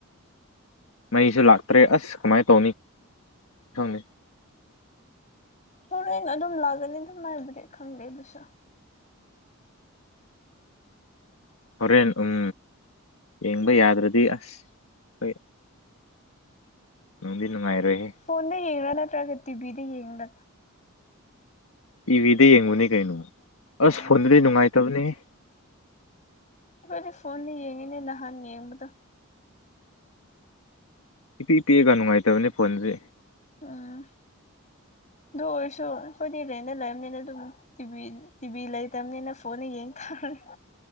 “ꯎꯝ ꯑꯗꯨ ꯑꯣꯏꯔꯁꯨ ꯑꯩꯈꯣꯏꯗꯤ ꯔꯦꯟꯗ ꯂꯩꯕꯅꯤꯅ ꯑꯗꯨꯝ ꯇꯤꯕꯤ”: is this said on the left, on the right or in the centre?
Left